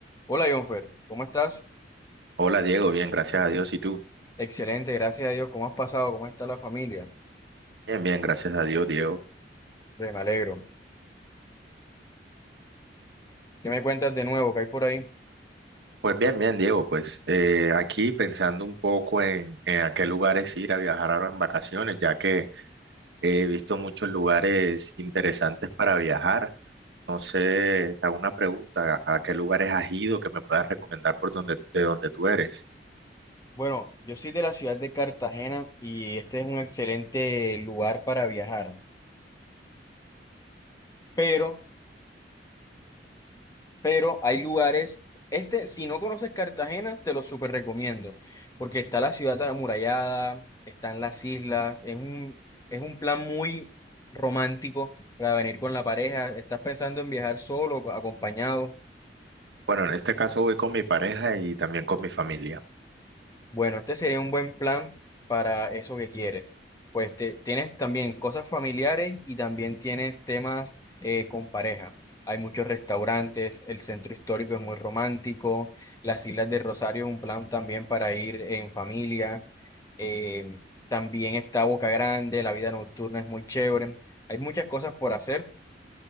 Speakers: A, on the left (about 20°); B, on the right (about 80°).
A: Hola, Jonfer, ¿cómo estás?
B: Hola Diego, bien, gracias a Dios. ¿Y tú?
A: Excelente, gracias a Dios. ¿Cómo has pasado? ¿Cómo está la familia?
B: Bien, bien, gracias a Dios, Diego.
A: Pues, me alegro. ¿Qué me cuentas de nuevo? ¿Qué hay por ahí?
B: Pues bien, bien, Diego, pues eh, aquí pensando un poco en, en a qué lugares ir a viajar ahora en vacaciones, ya que he visto muchos lugares interesantes para viajar. No sé, te hago una pregunta, ¿a qué lugares has ido que me puedas recomendar por donde, de donde tú eres?
A: Bueno, yo soy de la ciudad de Cartagena y este es un excelente lugar para viajar. Pero, pero hay lugares, este, si no conoces Cartagena, te lo súper recomiendo, porque está la ciudad amurallada, están las islas, es un, es un plan muy romántico para venir con la pareja. ¿Estás pensando en viajar solo, o acompañado?
B: Bueno, en este caso voy con mi pareja y también con mi familia.
A: Bueno, este sería un buen plan para eso que quieres. Pues te- tienes también cosas familiares y también tienes temas eh, con pareja. Hay muchos restaurantes, el centro histórico es muy romántico, las Islas de Rosario es un plan también para ir en familia. eh, también está Boca Grande, la vida nocturna es muy chévere. Hay muchas cosas por hacer